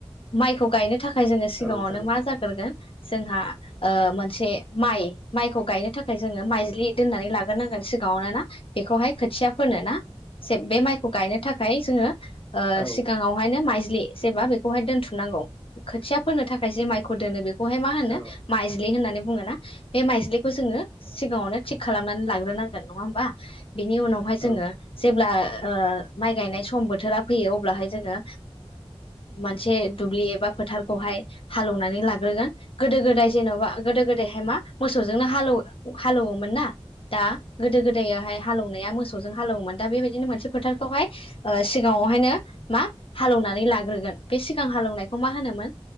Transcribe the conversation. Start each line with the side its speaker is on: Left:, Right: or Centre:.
Left: माइखौ गायनो थाखाय जोङो सिगाङावनो
Centre: औ जागोन
Left: मा
Centre: नोंथां
Left: जाग्रोगोन जोंहा मोनसे माइ माइखौ गायनो थाखाय जोङो माइज्लि दोननानै लाग्रोनांगोन सिगाङावनो ना बेखौ <inaudible> हाय खोथिया फोनो ना जे बे माइखौ गायनो थाखाय जोङो
Centre: औ
Left: सिगाङावहायनो माइज्लि जेबा बेखौहाय दोनथुमनांगौ खोथिया फोनो थाखाय जे माइखौ दोनो बेखौहाय मा होनो
Centre: औ
Left: माइज्लि होननानै बुङो ना बे माइज्लिखौ जोङो सिगाङावनो थिग खालामनानै लाग्रोनांगोन नङा होमबा बिनि उनावहाय जोङो
Centre: औ
Left: जेब्ला माइ गायनाय सम बोथोरा फैयो अब्लाहाय जोङो मोनसे दुब्लि एबा फोथारखौहाय हालोवनानै लाग्रोगोन गोदो गोदाय जेनेबा गोदो गोदायहाय मा मोसौजोंनो हालौवो हालौवोमोन ना दा गोदो गोदायोहाय हालौनाया मोसौजों हालौमोन दा बेबायदिनो मोनसे फोथारखौहाय ओ सिगाङावहायनो मा हालौनानै लाग्रोगोन बे सिगां हालौनायखौ मा होनोमोन